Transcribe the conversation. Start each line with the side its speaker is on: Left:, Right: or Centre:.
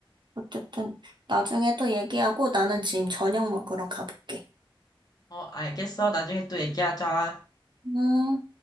Right: 어쨌든, 나중에 또 얘기하고, 나는 지금 저녁 먹으러 가볼게.
Left: 어, 알겠어. 나중에 또 얘기하자.
Right: 음.